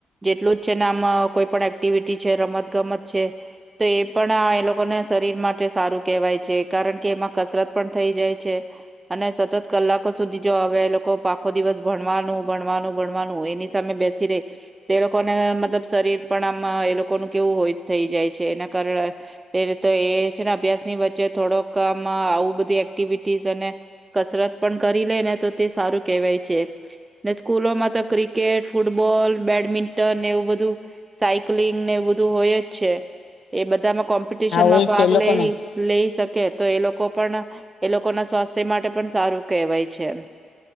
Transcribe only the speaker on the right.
જેટલું જ છેને આમ કોઈ પણ એક્ટિવિટી છે રમત ગમત છે. તો એ પણ આ એ લોકોને શરીર માટે સારું કેહેવાય છે કારણ કે એમાં કસરત પણ થઇ જાય છે. અને સતત કલાકો સુધી જો આવે એ લોકો આખો દિવસ ભણવાનું ભણવાનું ભણવાનું એની સામે બેસ સી રે તે એ લોકોને મતલબ શરીર પણ આમાં એ લોકોનું કેવું હોય થઈ જાય છે એના કારણે એ તો એ છે ને અભ્યાસ ની વચ્ચે થોડોક આમ આવું બધી એક્ટિવિટી સ અને કસરત પણ કરી લે ને તો તે સારું કેહેવાય છે ને સ્કૂલોમાં તો ક્રિકેટ ફૂટબોલ બેડમિન્ટન એવું બધું સાયક્લિંગ ને એવું બધું હોય જ છે એ બધામાં કોમ્પિટિશન
માં
ભાગ
લઈ લઈ શકે તો એ લોકો પણ એ લોકો ના સ્વાસ્થ્ય માટે પણ સારું કહેવાય છે.